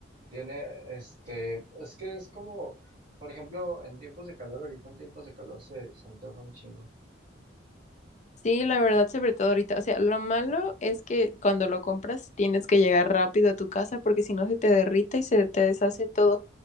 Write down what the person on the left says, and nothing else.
Sí, la verdad, sobre todo ahorita. O sea, lo malo es que cuando lo compras tienes que llegar rápido a tu casa porque si no se te derrite y se te deshace todo,